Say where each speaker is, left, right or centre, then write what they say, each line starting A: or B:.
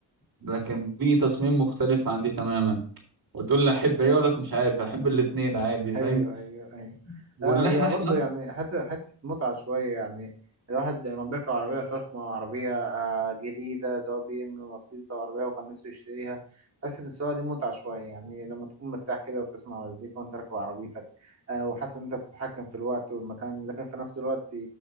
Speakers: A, on the right; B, on the right.
A: لكن دي تصميم مختلف عن دي تماما وتقول لي احب ايه اقول لك مش عارف احب الاتنين عادي فاهم
B: ايوه ايوه ايوه
A: وان
B: آه هي
A: احنا احنا
B: برضه يعني حته حته متعه شويه يعني الواحد لما بيركب عربيه فخمه عربيه آه جديده سواء بي ام مرسيدس او عربيه وكان نفسه يشتريها تحس ان السواقه دي متعه شويه يعني لما تكون مرتاح كده وبتسمع مزيكا وانت راكب عربيتك آه وحاسس ان انت بتتحكم في الوقت والمكان لكن في نفس الوقت